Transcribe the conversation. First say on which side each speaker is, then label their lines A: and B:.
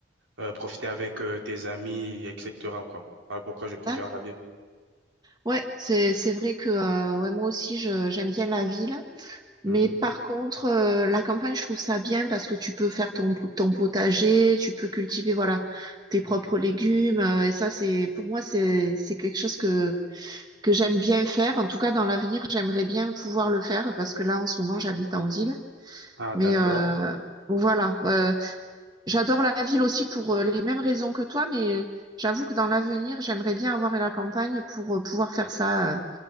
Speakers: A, on the right; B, on the right.
A: euh, profiter avec euh, tes amis, etc., quoi. Voilà pourquoi je préfère
B: d'accord.
A: la ville.
B: Ouais, c'est c'est vrai que euh, ouais, moi aussi je j'aime bien la ville,
A: Mhm.
B: mais par contre euh, la campagne je trouve ça bien parce que tu peux faire ton po- ton potager, tu peux cultiver voilà tes propres légumes euh, et ça c'est pour moi c'est c'est quelque chose que que j'aime bien faire. En tout cas dans l'avenir j'aimerais bien pouvoir le faire parce que là en ce moment j'habite en ville.
A: Ah, d'accord.
B: Mais euh, voilà, Euh, j'adore la ville aussi pour euh, les mêmes raisons que toi, mais j'avoue que dans l'avenir, j'aimerais bien avoir la campagne pour euh, pouvoir faire ça, euh,